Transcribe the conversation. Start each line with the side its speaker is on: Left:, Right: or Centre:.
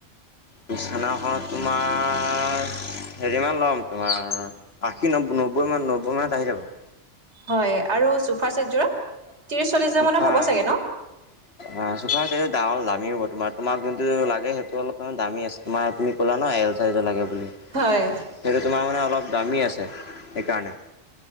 Left: বিছনাখনত তোমাৰ হেৰি মান ল'ম তোমাৰ আশী নব নব্বৈ মান নব্বৈ মানত আহি যাব। <unintelligible>
Right: হয় আৰু চুফাৰ চেটযোৰত? <unintelligible> চল্লিশ হাজাৰ
Left: চুফা
Right: মানত হ'ব চাগে ন
Left: <unintelligible> <unintelligible> চুফাৰ ছেট <unintelligible> দামী হ'ব তোমাৰ তোমাক যোনটো লাগে সেইটো অলপ দামী আছে। তোমাৰ তুমি কলা নহয় এল চাইজৰ লাগে বুলি। সেইটো
Right: হয়
Left: তোমাৰ মানে অলপ দামী আছে সেইকাৰণে। <unintelligible>